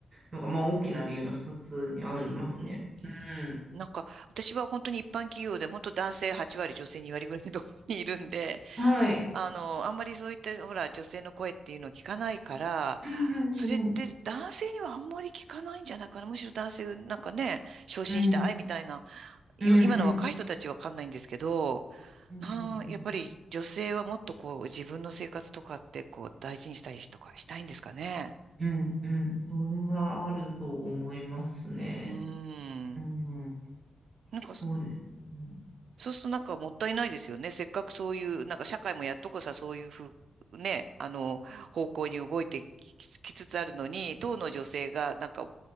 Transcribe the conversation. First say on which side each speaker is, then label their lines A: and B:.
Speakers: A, on the right; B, on the right.
A: のが、まあ大きな理由の二つにありますね。
B: うーん、
A: うん。
B: なんか、私は本当に一般企業で、本当男性8割、女性2割ぐらいのところにいるんで、
A: はい。
B: あの、あんまりそういった、ほら、女性の声っていうのを聞かないから、
A: うんうんうん
B: それって男性にはあんまり聞かないんじゃないかな。むしろ男性、なんかね、昇進したいみたいな、
A: うん。
B: い今の若い人たちわかんないんですけど、
A: うんうんうんうんうん
B: なあ、やっぱり女性はもっとこう、自分の生活とかってこう、大事にしたりとかしたいんですかね。
A: うんうん。それはあると思いますね。
B: うーん。
A: うん。
B: なんか、
A: そうですね。うん。
B: そうするとなんかもったいないですよね。せっかくそういう、なんか社会もやっとこさ、そういうふう、ね、あの、方向に動いてきききつつあるのに、当の女性が、なんか、